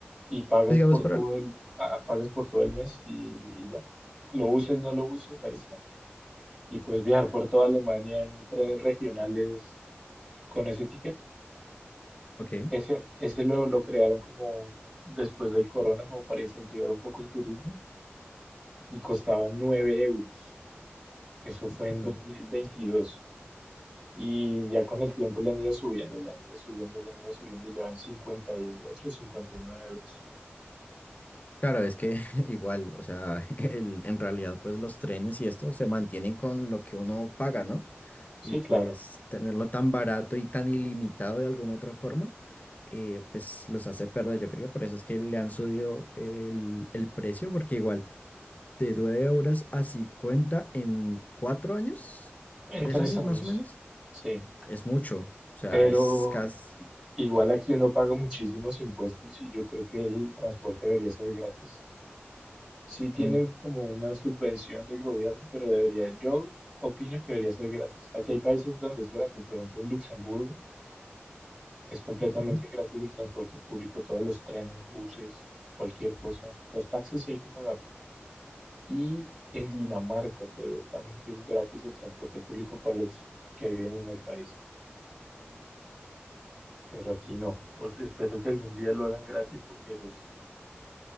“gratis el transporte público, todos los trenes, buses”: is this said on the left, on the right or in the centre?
Right